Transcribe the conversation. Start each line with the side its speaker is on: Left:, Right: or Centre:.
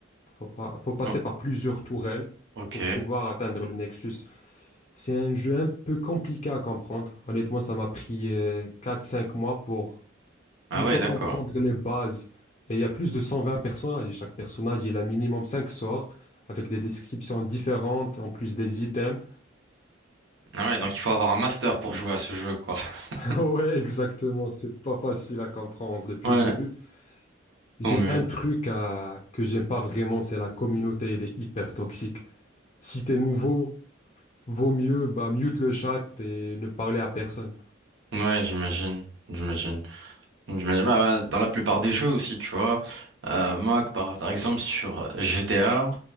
Left: faut, faut passer
Right: Oh,
Left: par plusieurs tourelles
Right: ok.
Left: pour pouvoir atteindre le nexus. C'est un jeu un peu compliqué à comprendre. Honnêtement, ça m'a pris euh, 4-5 mois pour plutôt
Right: Ah ouais, d'accord.
Left: comprendre les bases. Et il y a plus de 120 personnages et chaque personnage, il a minimum 5 sorts avec des descriptions différentes, en plus des items.
Right: Ah ouais, donc il faut avoir
Left: <laughs>
Right: un master pour jouer à ce jeu, quoi. <laughs>
Left: Ouais, exactement, c'est pas facile à comprendre depuis
Right: Ouais,
Left: le début. J'ai
Right: tant mieux.
Left: un truc à... que j'aime pas vraiment, c'est la communauté, elle est hyper toxique. Si t'es nouveau, vaut mieux bah, mute le chat et ne parler à personne.
Right: Ouais, j'imagine. J'imagine. J'imagine, bah, dans la plupart des jeux aussi, tu vois. Euh, moi, par, par exemple, sur GTA,